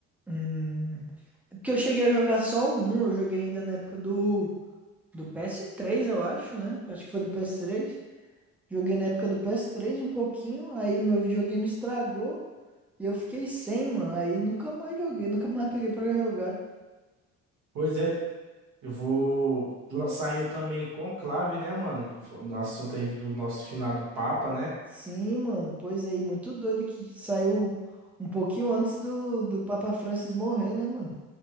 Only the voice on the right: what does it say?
Pois é, eu vou. lá- Saiu também Conclave, né, mano? No assunto aí do nosso finado Papa, né?